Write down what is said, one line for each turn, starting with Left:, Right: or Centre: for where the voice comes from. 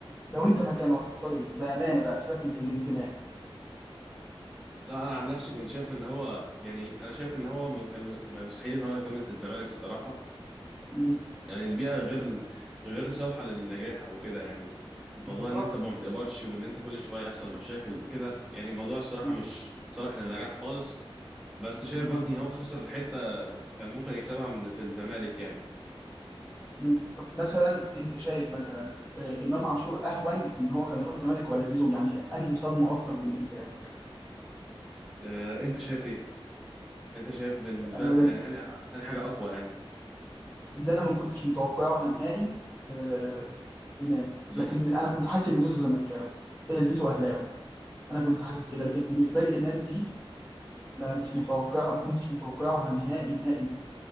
Left: لو انت مكانه هتختار ايه بامانه بقى سيبك من الانتماء
Centre: لا انا عن نفسي كنت شايف ان هو يعني انا شايف ان هو م- كان م- مستحيل ان هو يكمل في الزمالك الصراحه
Left: مم.
Centre: يعني البيئة غير غير صالحة للنجاح أو كده يعني
Left: بالظبط
Centre: موضوع إن أنت ما بتقبضش وإن أنت كل شوية يحصل مشاكل وكده يعني الموضوع الصراحة
Left: مم.
Centre: مش صالح للنجاح خالص بس شايف
Left: مم.
Centre: برضه إن هو خسر حتة كان ممكن يكسبها من في الزمالك يعني
Left: مم. طب مثلا انت شايف مثلا آه، امام عاشور اهون ان هو كان يروح الزمالك ولا زيزو يعني انهي صدمه اكتر بالنسبه
Centre: أه أنت شايف إيه؟ أنت شايف بالنسبة
Left: لك
Centre: لك يعني أنا أنا حاجة أقوى يعني
Left: اللي انا ما كنتش متوقعها نهائي آه، امام
Centre: زيزو
Left: لكن انا كنت حاسس ان زيزو زملكاوي آه، زيزو اهلاوي انا كنت حاسس كده لكن بالنسبه لي امام دي لا مش متوقع ما كنتش متوقعها نهائي نهائي نهائي